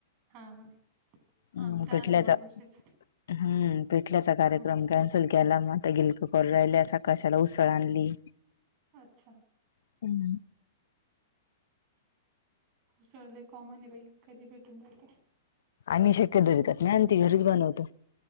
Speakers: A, on the right; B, on the left.
A: हा हा,
B: हम्म,
A: आमचं
B: पिठल्याचा
A: आणलं मगाशीच
B: हम्म पिटल्याचा कार्यक्रम
A: हम्म.
B: कॅन्सल केला म आता गिलक करु राहिल्या सकाशाला उसळ आणली.
A: अच्छा!
B: हम्म.
A: उसळ लय कॉमन ये बाई, कधी ही भेटून जाते.
B: आम्ही शक्यतो विकत नाही आणते, घरीच बनवतो.